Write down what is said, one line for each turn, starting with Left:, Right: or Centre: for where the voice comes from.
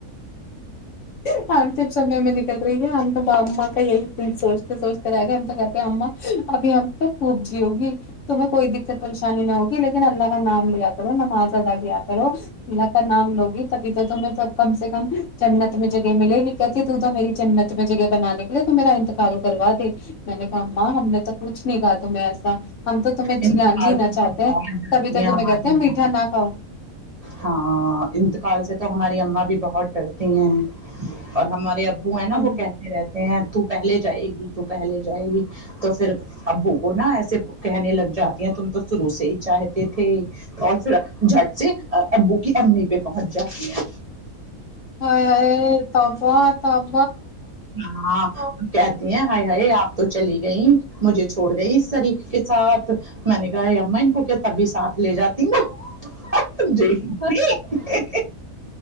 Left: پانتف سمے میں نکل رہی ہے ہم تو باں کا یہی سوچتے سوچتے رہ گئے ہم تو کہتے ہیں اا ابھی ہم تو خوب جیو گی تومیں کوئی دقت شانن ہوگ لیکن الگا نان بھی آاتار نم آزادگ بھی آاتارو للا کا نام لوگی تبھی توھر تمہیں سب کم سے کم جنت میں جگہ ملے وکت تو تو میری جنت میں جگہ بناانے کے لیے تو میرا انتقال کروا دی میں نے کہااں ہم نے تو کچھ نہیں کہا تمہیں ایسا ہم تو تمہیں
Right: انتقال
Left: ج جینا
Right: سے
Left: چاہتے
Right: سب
Left: ہیں
Right: بہت ڈرتی
Left: تبھی تو
Right: ہماری
Left: تمہیں کہتے ہیں
Right: اما
Left: میٹھا نہ کھاؤ
Right: ہاں انتقال سے تو ہماری اما بھی بہت ڈرتی ہیں اور ہمارے ا بو ہے نا
Left: ہم
Right: وہ کہتے رہتے ہیں تو پہلے جائے گی تو پہلے جائے گی تو پھر ابو کو نا ایسے کہنے لگ جاتی ہیں تم تو شروع سے ہی چاہتے تھے اور پھر جٹ سے ابو کی امی پہ پہنچ جاتی ہیں
Left: ہائے ہائے تب تب
Right: ہاں کہتی ہیں ہائی ہائی آپ تو چلی گئییں مجھے چھوڑ گئی اس طریح ساتھ میں نے کہا یہ ام ان کو کیا تبھی ساتھ لے جاتی نا <inaudible>